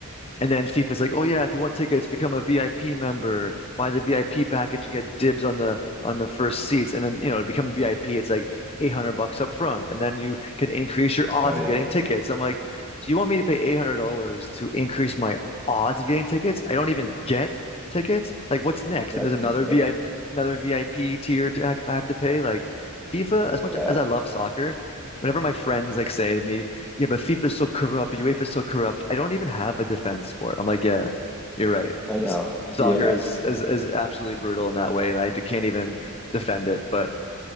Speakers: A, on the left (about 25°); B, in the centre.
A: And then FIFA's like, oh yeah, if you want tickets, become a VIP member. Buy the VIP package, you get dibs on the on the first seats. And then, you know, to become a VIP, it's like 800 bucks up front. And then you can increase your
B: Oh
A: odds
B: yeah.
A: of getting tickets. I'm like, so you want me to pay $800 to increase my odds of getting tickets? I don't even get tickets. Like, what's next?
B: That's
A: And there's another
B: insane.
A: VIP, another VIP tier to I have to pay. Like FIFA, as
B: Yeah.
A: much as I love soccer, whenever my friends like say to me, yeah, but FIFA is so corrupt, UEFA is so corrupt. I don't even have a defense for it. I'm like, yeah, you're right.
B: I know.
A: S- Soccer
B: Yeah.
A: is is is absolutely brutal in that way, and I d- can't even defend it. But